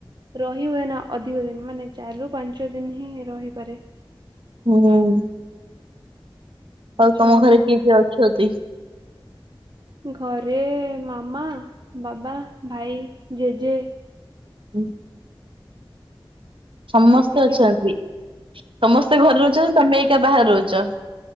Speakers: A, on the right; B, on the right.
A: ରହି ହୁଏନା ଅଧିକ ଦିନ ମାନେ ଚାରି ରୁ ପାଞ୍ଚ ଦିନ ହିଁ ରହିପାରେ।
B: ହୁଁ।
A: ଆଚ୍ଛା
B: ଆଉ ତମଘରେ
A: ହଉ
B: କିଏ କିଏ ଅଛନ୍ତି?
A: ଘରେ ମାମା, ବାବା, ଭାଇ, ଜେଜେ।
B: ହୁଁ। ସମସ୍ତେ
A: ଏତିକି
B: ଅଛନ୍ତି
A: ଆଉ
B: ସମସ୍ତେ
A: ହଁ
B: ଘରେ ରହୁଛନ୍ତି ତମେ ଏକା ବାହାରେ ରହୁଛ?